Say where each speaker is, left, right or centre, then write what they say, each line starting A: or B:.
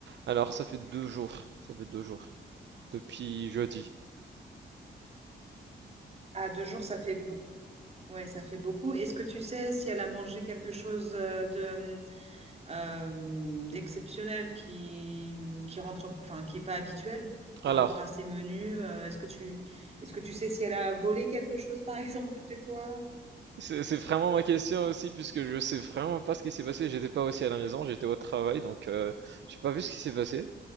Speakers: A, on the right; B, on the right.
A: Alors, ça fait deux jours. Ça fait deux jours depuis jeudi.
B: Ah, deux jours, ça fait beaucoup. Ouais, ça fait beaucoup. Est-ce que tu sais si elle a mangé quelque chose euh, de euh, d'exceptionnel qui qui rentre, enfin qui est pas habituel par
A: Alors,
B: rapport à ses menus. Euh, est-ce que tu est-ce que tu sais si elle a volé quelque chose par <laughs> exemple chez toi?
A: c'est c'est vraiment ma question aussi puisque je sais vraiment pas ce qui s'est passé. J'étais pas aussi à la maison. J'étais au travail, donc euh, j'ai pas vu ce qui s'est passé.